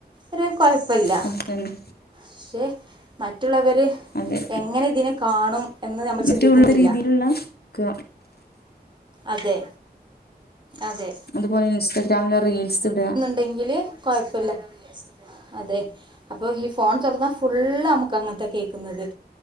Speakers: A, on the right; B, on the left.
A: ഒരു കൊഴപ്പല്ല.
B: അത് തന്നെ
A: പക്ഷെ മറ്റുള്ളവര്
B: അതെ
A: എങ്ങനെ ഇതിനെ കാണും എന്ന് നമ്മൾ
B: മറ്റുള്ള
A: ചിന്തിക്കുന്നില്ല
B: രീതിയിലുള്ള ക്ക
A: അതെ അതെ
B: അതുപോലെ ഇൻസ്റ്റാഗ്രാമില് റീൽസ് ഇട
A: ഇണ്ടെങ്കില് കൊഴപ്പെല്ലാ. അതെ അപ്പ ഈ ഫോൺ തൊറന്നാ ഫുള്ള് അമ്മക്ക് അങ്ങൻത്തെയാ കേക്ക്ന്നത്.